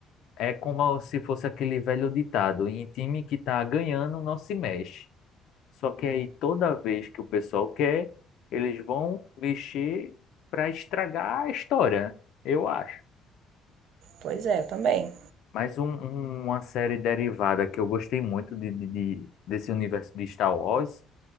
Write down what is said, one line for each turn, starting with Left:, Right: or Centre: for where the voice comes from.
Left: É como se fosse aquele velho ditado, em time que tá ganhando não se mexe. Só que aí toda vez que o pessoal quer, eles vão mexer para estragar a história, eu acho.
Right: Pois é, também.
Left: Mas um- um- uma série derivada que eu gostei muito de, de- de- desse universo de Star Wars